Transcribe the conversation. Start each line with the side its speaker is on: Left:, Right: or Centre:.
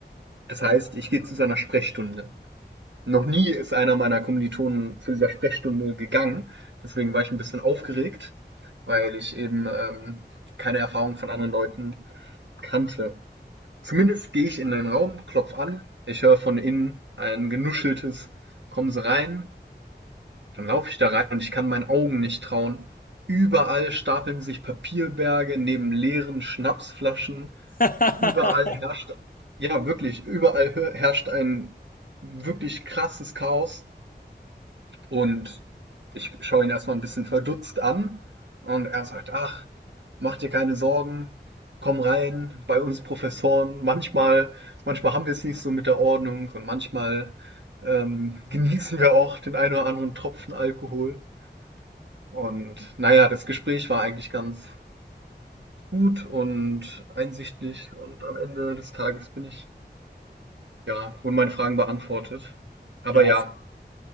Right: Das heißt, ich gehe zu seiner Sprechstunde. Noch nie ist einer meiner Kommilitonen zu dieser Sprechstunde gegangen. Deswegen war ich ein bisschen aufgeregt, weil ich eben ähm, keine Erfahrung von anderen Leuten kannte. Zumindest gehe ich in den Raum, klopfe an, ich höre von innen ein genuscheltes Kommen Sie rein, dann laufe ich da rein und ich kann meinen Augen nicht trauen. Überall stapeln sich Papierberge neben leeren Schnapsflaschen.
Left: <laughs>
Right: Überall herrscht, ja wirklich, überall herrscht ein wirklich krasses Chaos. Und ich schaue ihn erstmal ein bisschen verdutzt an und er sagt, ach, mach dir keine Sorgen, komm rein, bei uns Professoren, manchmal, manchmal haben wir es nicht so mit der Ordnung und manchmal ähm, genießen wir auch den einen oder anderen Tropfen Alkohol. Und naja, das Gespräch war eigentlich ganz gut und einsichtig und am Ende des Tages bin ich, ja, wurden meine Fragen beantwortet. Aber
Left: Ja,
Right: ja,
Left: s-